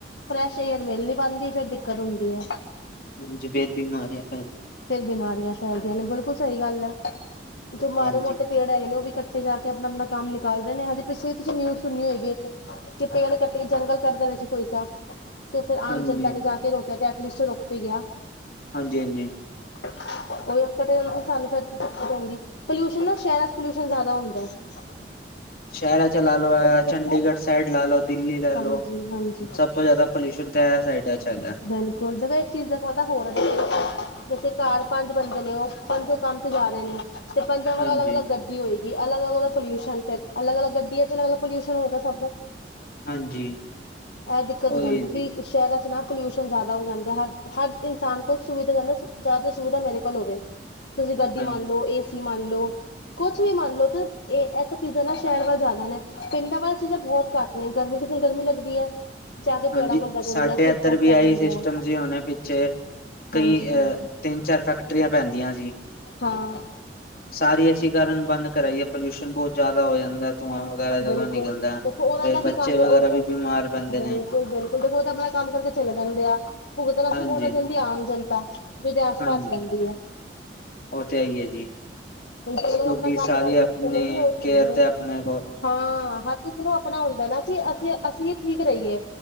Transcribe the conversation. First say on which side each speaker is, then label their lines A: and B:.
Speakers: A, on the left (about 75°); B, on the left (about 55°).
A: ਫਰੈਸ਼ ਏਅਰ ਮਿਲ ਨੀ ਪਾਂਦੀ ਫੇਰ ਦਿੱਕਤ ਹੁੰਦੀ ਐ।
B: ਹਾਂਜੀ, ਫੇਰ ਬਿਮਾਰੀਆਂ ਫੈਲ
A: ਫਿਰ ਬਿਮਾਰੀਆਂ ਫੈਲਦੀਆਂ ਨੇ, ਬਿਲਕੁਲ ਸਈ ਗੱਲ ਐ। ਜੋ ਮਾੜੇ
B: ਹਾਂਜੀ
A: ਮੋਟੇ ਪੇੜ ਹੈਗੇ ਨੇ, ਓਹ ਵੀ ਕੱਟੇ ਜਾ ਕੇ। ਆਪਨਾ-ਆਪਨਾ ਕੰਮ ਨਿਕਾਲ ਰਏ ਨੇ। ਹਜੇ ਪਿੱਛੇ ਵੀ ਤੁਸੀਂ ਨਿਊਜ਼ ਸੁਣੀ ਹੋਏਗੀ, ਇੱਕ ਕਿ ਪੇੜ ਕੱਟੇ, ਜੰਗਲ ਕੱਟ ਦੇਣਾ ਸੀ ਕੋਈ ਸਾ ਤੇ ਫਿਰ
B: ਹਾਂਜੀ
A: ਆਮ ਜਨਤਾ ਨੇ ਜਾ ਕੇ ਰੋਕਿਆ ਤੇ ਐਟਲੀਸਟ ਰੁੱਕ ਕੇ ਗਿਆ
B: ਹਾਂਜੀ-ਹਾਂਜੀ।
A: ਓਹ ਕਟੇ ਜਾਂਦੇ ਫਿਰ ਸਾਨੂੰ ਫਿਰ ਦਿੱਕਤ ਔਂਦੀ। ਪਲਿਊਸ਼ਨ ਨਾ ਸ਼ਹਿਰਾਂ ਚ ਧਲਿਊਸ਼ਨ ਜ਼ਿਆਦਾ ਹੁੰਦਾ ਐ।
B: ਸ਼ਹਿਰਾਂ 'ਚ ਲਾ ਲੋ, ਐ
A: ਦੇਖੋ
B: ਚੰਡੀਗੜ੍ਹ ਸਾਈਡ ਲਾ ਲੋ, ਦਿੱਲੀ ਲਾ
A: ਹਾਂਜੀ
B: ਲੋ
A: ਹਾਂਜੀ
B: ਸਭ ਤੋਂ ਜਿਆਦਾ ਪਲਿਉਸ਼ਨ ਤੇ ਐ ਸਾਡੀਆਂ ਚ ਹੈਗਾ।
A: ਬਿਲਕੁਲ, ਜਦੋ ਇੱਕ ਚੀਜ ਦਾ ਪਤੈ ਹੋਰ। <unintelligible> ਇਕ ਕਾਰ ਚਾਰ- ਪੰਜ ਬੰਦੇ ਨੇ ਉਹ ਪੰਜੋ ਕੰਮ ਤੇ ਜਾ ਰਹੇ ਨੇ, ਤੇ ਪੰਜਾਂ ਕੋਲ
B: ਹਾਂਜੀ
A: ਅਲੱਗ ਅਲੱਗ ਗੱਡ ਗੱਡੀ ਹੋਏਗੀ ਅਲੱਗ -ਅਲੱਗ ਉਹਦਾ ਪੋਲਿਊਸ਼ਨ, ਫਿਰ ਅਲੱਗ- ਅਲੱਗ ਗੱਡੀਆਂ ਚ ਅਲੱਗ -ਅਲੱਗ ਪੋਲਿਊਸ਼ਨ ਹੋਗਾ ਸਭ ਦਾ
B: ਹਾਂਜੀ
A: ਇਹ ਦਿੱਕਤ
B: ਉਹੀ
A: ਹੋ ਜਾਂਦੀ
B: ਹੈ ਜੀ
A: ਵੀ ਸ਼ਹਿਰਾਂ 'ਚ ਨਾ ਪੋਲਿਊਸ਼ਨ ਜ਼ਿਆਦਾ ਹੋ ਜਾਂਦਾ ਹ ਹਰ ਇਨਸਾਨ ਕੋਲ ਸੁਵਿਧਾ ਜਾਂਦਾ ਜ਼ਿਆਦਾ ਸੁਵਿਧਾ ਮੇਰੇ ਕੋਲ ਹੋਵੇ। ਤੁਸੀਂ ਗੱਡੀ
B: ਹਾਂਜੀ
A: ਮੰਨ ਲੋ ਏ ਏ ਸੀ ਮੰਨ ਲੋ, ਕੁਛ ਵੀ ਮੰਨ ਲੋ ਤੇ ਇਹ ਐ ਸਭ ਚੀਜ਼ਾਂ ਨਾ ਸ਼ਹਿਰ ਵੱਲ ਜ਼ਿਆਦਾ ਨੇ। ਪਿੰਡਾਂ ਵਾਲਾ ਚੀਜ਼ਾਂ ਬਹੁਤ ਘੱਟ ਨੇ ਗਰਮੀ ਕਿਸੇ ਨੂੰ ਗਰਮੀ ਲੱਗਦੀ ਹੈ, ਜਾ ਕੇ
B: ਹਾਂਜੀ
A: ਪੇੜਾਂ ਕੋਲ ਬੈਠ ਜਾਂਦੇ
B: ਸਾਡੇ
A: ਆ।
B: ਇੱਧਰ
A: ਚ
B: ਵੀ
A: ਬਹਿ
B: ਆਈ
A: ਜਾਂਦੇ
B: ਸਿਸਟਮ
A: ਆ
B: ਸੀ ਉਹਨਾਂ ਪਿੱਛੇ ਕਈ
A: ਹਾਂਜੀ
B: ਅ
A: ਹਾਂਜੀ
B: ਤਿੰਨ ਚਾਰ ਫੈਕਟਰੀਆਂ ਪੈਂਦੀਆਂ ਸੀ।
A: ਹਾਂ।
B: ਸਾਰੇ ਅ ਕਾਰਨ ਬੰਦ ਕਰਈ ਏ ਪੋਲਿਊਸ਼ਨ ਬਹੁਤ ਜ਼ਿਆਦਾ ਹੋ ਜਾਂਦਾ ਹੈ ਧੂੰਆਂ ਵਗੈਰਾ ਜਦੋਂ
A: ਬਿਲਕੁਲ
B: ਨਿਕਲਦਾ
A: ਦੇਖੋ ਉਹਨਾਂ
B: ਫੇਰ
A: ਦਾ ਕੀ
B: ਬੱਚੇ
A: ਕੰਮ
B: ਵਗੈਰਾ
A: ਹੈ ਉਹ ਤੇ
B: ਵੀ ਬਿਮਾਰ ਪੈਂਦੇ
A: ਬਿਲਕੁਲ-
B: ਨੇ
A: ਬਿਲਕੁਲ ਦੇਖੋ ਉਹ ਤਾਂ ਆਪਣਾ ਕੰਮ ਕਰਕੇ ਚਲੇ ਜਾਂਦੇ ਆਂ। ਭੁਗਤਣਾ ਵਾਸਤੇ
B: ਹਾਂਜੀ
A: ਕੋਣ ਐ ਹੁੰਦੀ ਆਮ ਜਨਤਾ, ਜੋ ਉਦੇ ਆਸ
B: ਹਾਂਜੀ
A: ਪਾਸ ਰਹਿੰਦੀ ਹੈ।
B: ਉਹ ਤੇ ਹੈ ਹੀ ਹੈ ਜੀ
A: ਹੁਣ ਕਈ ਲੋਕ
B: ਕਿਉੰਕਿ
A: ਆਪਣਾ ਕੰਮ
B: ਸਾਰੀ
A: ਕਰਕੇ
B: ਆਪਣੀ
A: ਚਲੇ ਗਏ ਉਹ
B: ਕੇਅਰ
A: ਚਲੇ ਗਏ
B: ਤੇ ਆਪਣੇ ਕੋਲ
A: ਹਾਂ ਹਰ ਕਿਸੇ ਨੂੰ ਆਪਣਾ ਹੁੰਦਾ ਨਾ ਕਿ ਅਸੀਂ- ਅਸੀਂ ਇਹ ਠੀਕ ਰਹੀਏ।